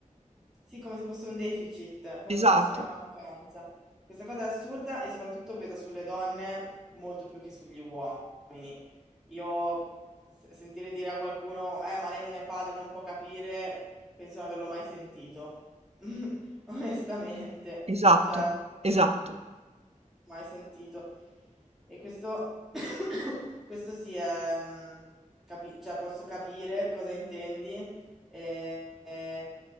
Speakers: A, in the centre; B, on the right (about 55°).
A: Sì, come se fosse un deficit, come
B: Esatto.
A: se fosse una mancanza. Questa cosa è assurda e soprattutto pesa sulle donne molto più che sugli uomini. Io se- sentire dire a qualcuno, eh, ma lei non è padre, non può capire, penso di non averlo mai sentito. <laughs> Onestamente.
B: Esatto,
A: Cioè
B: esatto.
A: mai sentito. E questo, <coughs> questo sì, è, mm, capi- cioè posso capire cosa intendi. E, e-